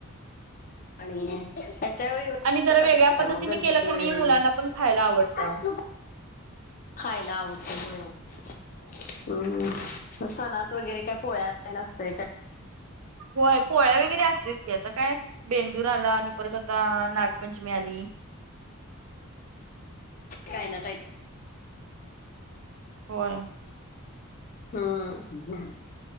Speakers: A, on the left (about 40°); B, on the right (about 70°).
A: आणि त्याच्या वेळी
B: आणि जरा वेगळ्या पद्धतीने
A: मग गणपती
B: केलं क
A: वेळी
B: नाही मुलांना
A: वगैरे
B: पण खायला आवडते अहो
A: खायला आवडतं म्ह हम्म सणात वगैरे काय पोळ्या तेन असते.
B: होय पोळ्या वगैरे असतेच की आता काय बेंदूर आला आणि परत आता नागपंचमी आली.
A: काय ना काही
B: होय.
A: हम्